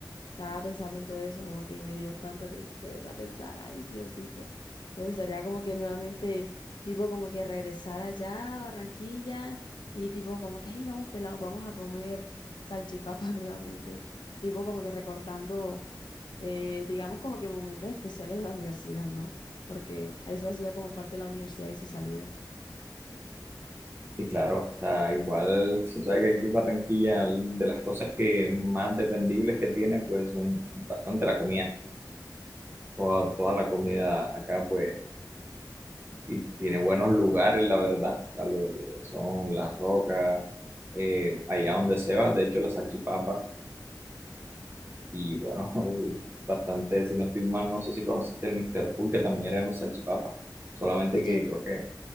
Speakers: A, on the left (about 80°); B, on the right (about 30°).
A: Estaba pensando en todo eso, como que me dio tanta tristeza pensar, ay, Diosito, me gustaría como que nuevamente, tipo, como que regresar allá a Barranquilla y tipo, como que, ay, vamos pelados, vamos a comer salchipapa <laughs> nuevamente, tipo, como que recordando eh, digamos como que momentos especiales de la universidad, ¿no? Porque eso hacía como parte de la universidad y sus salidas.
B: Y claro, o sea, igual, tú sabes que aquí en Barranquilla, de las cosas que más dependibles que tiene, pues un, bastante la comida. Toda, toda la comida acá, pues, y tiene buenos lugares, la verdad. O sea, lo que son las rocas, eh, allá donde se va, de hecho, las salchipapas. Y bueno, <laughs> bastante, si no estoy mal, no sé si conociste el Mr. Full, que también era un salchipapa. Solamente
A: Oye,
B: que creo que,